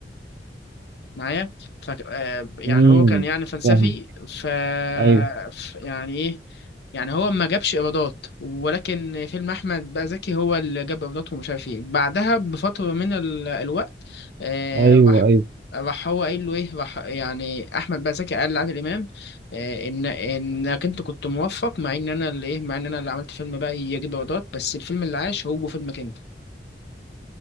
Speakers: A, on the left; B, on the right.
A: معايا ف آه، يعني
B: امم
A: هو كان يعني فلسفي
B: فاهم
A: ف
B: ايوه
A: ف- يعني ايه يعني هو ما جابش ايرادات ولكن فيلم احمد بقى زكي هو اللي جاب ايرادات ومش عارف ايه بعدها بفتره من ال... آه، الوقت آه،
B: ايوه
A: راح
B: ايوه
A: راح هو قايل له ايه راح يعني احمد بقى زكي قال لعادل امام آه، ان انك انت كنت موفق مع ان انا اللي ايه مع ان انا اللي عملت فيلم بقى يجيب ايرادات بس الفيلم اللي عاش هو فيلمك انت